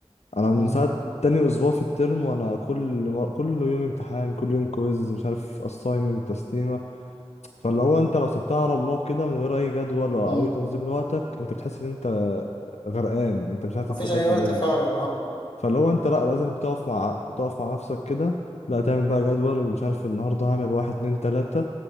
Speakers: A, on the left; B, on the left.
A: انا من
B: مم.
A: ساعه تاني اسبوع في الترم وانا كل مر... كل يوم امتحان كل يوم كويز مش عارف اساينمنت تسليمه فاللي هو انت لو سبتها على الله كده من غير اي جدول ولا
B: مم.
A: اي تنظيم لوقتك انت بتحس ان انت غرقان انت مش عارف
B: مفيش
A: انت هتعمل
B: أي وقت
A: ايه
B: فعلا
A: فاللي هو انت لا لازم تقف مع تقف مع نفسك كده لا تعمل بقى جدول مش عارف النهارده هعمل واحد اتنين تلاتة